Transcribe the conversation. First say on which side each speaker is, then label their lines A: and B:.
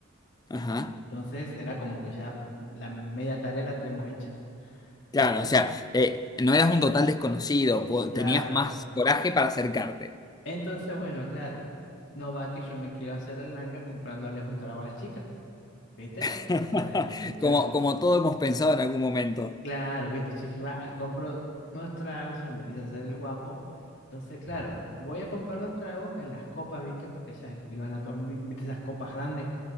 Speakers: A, on the left; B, on the left.
A: Ajá.
B: eh, entonces era como que ya la media tarea la tenemos hecha,
A: Claro,
B: ¿viste?
A: o sea, eh, no eras un total desconocido, po-
B: Claro.
A: tenías más coraje para acercarte.
B: Entonces, bueno, claro, no va que yo me quiero hacer el langa comprándoles un trago a las chicas, ¿viste?
A: <laughs>
B: Eh, o sea, el- el- yo,
A: Como, como todos hemos pensado en algún momento.
B: Claro, viste, yo dije, va, compro unos tragos, yo me quise hacer el guapo. Entonces, claro, voy a comprar los tragos en las copas, viste, porque ellas iban a tomar, viste, esas copas grandes